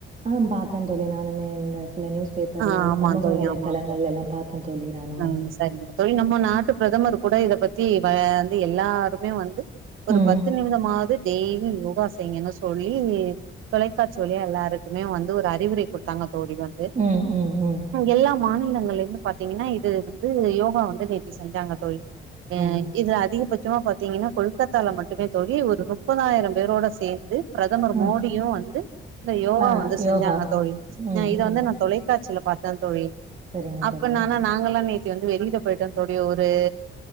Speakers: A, on the right; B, on the right.
A: ஆ பாத்த தோழி நானுமே இந்த சில நியூஸ் பேப்பர்ல
B: ஆ ஆமா
A: சமூக
B: தோழி
A: வலைதளங்கள்ல
B: ஆமா தோழி
A: எல்லா பாத்த தோழி நானுமே
B: ஆ சரிங்க தோழி நம்ம நாட்டு பிரதமர் கூட இத பத்தி வந்து எல்லாருமே வந்து ஒரு
A: ம்
B: பத்து நிமிடமாவது டெய்லி யோகா செய்ங்கனு சொல்லி தொலைக்காட்சி வழியா எல்லாருக்குமே வந்து ஒரு அறிவுரை குடுத்தாங்க தோழி வந் து
A: ம் ம் ம்
B: எல்லா மாநிலங்கல்லயு பாத்திங்கன்னா இது இது யோகா வந்து நேத்தி செஞ்சாங்க தோழி அ
A: ம்
B: இதுல அதிகபட் சமா பாத்திங்கன்னா கொல்கத்தால மட்டுமே தோழி ஒரு முப்பதாயிர பேரோட சேந்து பிரதமர்
A: ம்
B: மோடியு வந்து இந்த யோகா
A: ஆ
B: வந்து
A: யோகா
B: செஞ்சாங்க தோழி
A: ம்
B: இத
A: ம்
B: வந்து நா தொலைக்காட்சில பாத் த தோழி
A: சரிங்க
B: அப்பனா
A: தோழி
B: நாங்கல்லா நேத்தி வந்து வெளியில போயிட்டோ தோழி ஒரு